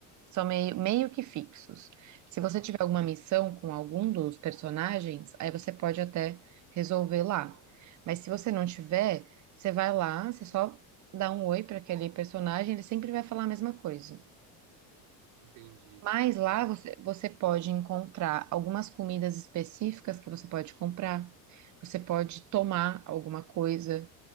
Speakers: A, on the right (about 35°); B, on the right (about 75°).
A: são meio, meio que fixos. Se você
B: tá?
A: tiver alguma missão com algum dos personagens, aí você pode até resolver lá. Mas se você não tiver, você vai lá, você só dá um oi pra aquele personagem, ele sempre vai falar a mesma coisa.
B: Entendi.
A: Mas lá
B: Tá.
A: você, você pode encontrar algumas comidas específicas que você pode comprar. Você pode tomar alguma coisa.